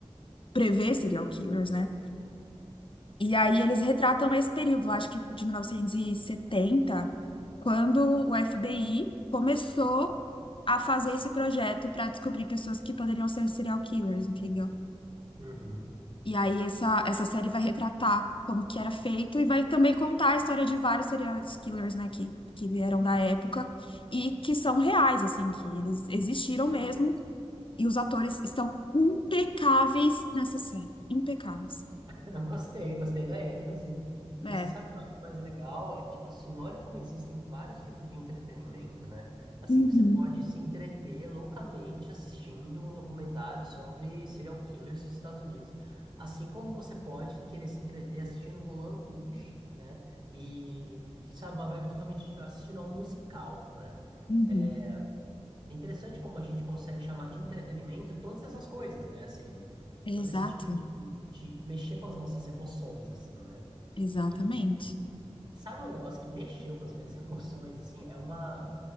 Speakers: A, on the left; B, on the right.
A: prever serial killers, né? E aí eles retratam esse período, lá, acho que de 1970 quando o FBI começou a fazer esse projeto para descobrir pessoas que poderiam ser serial killers, entendeu?
B: Uhum.
A: E aí essa, essa série vai retratar como que era feito e vai também contar a história de vários serial killers, né, que, que vieram da época e que são reais, assim, que eles existiram mesmo e os atores estão impecáveis nessa série, impecáveis.
B: <laughs> Eu gostei, gostei da ênfase. E
A: É.
B: você sabe o que eu acho mais legal? É que, tipo assim, olha como existem vários tipos de entretenimento, né? Assim,
A: Uhum,
B: você pode se entreter loucamente assistindo um documentário sobre serial killers dos Estados Unidos, assim como você pode querer se entreter assistindo Moulin Rouge, né? E, e sabe, uma vibe totalmente diferente, assistindo a um musical, né?
A: uhum.
B: É, É interessante como a gente consegue chamar de entretenimento todas essas coisas, né? Assim,
A: Exato,
B: todo esse tipo de, de mexer com as nossas emoções, assim, né?
A: exatamente.
B: E sabe um negócio que mexeu com as minhas <laughs> emoções, assim? É uma...